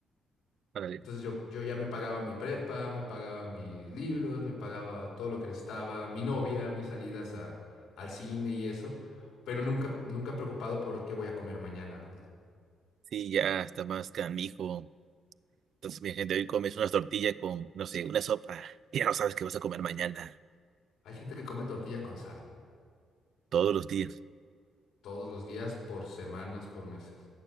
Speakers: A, on the right; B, on the left.
A: órale,
B: Entonces yo, yo ya me pagaba mi prepa, me pagaba mis libros, me pagaba todo lo que necesitaba, mi novia, mis salidas a- al cine y eso, pero nunca, nunca preocupado por qué voy a comer mañana, ¿no?
A: sí, ya está más canijo. Entonces, mi gente, hoy comes unas tortillas con, no sé, una sopa, y ya no sabes qué vas a comer mañana,
B: Hay gente que come tortilla con sal
A: todos los días.
B: todos los días, por semanas, por meses.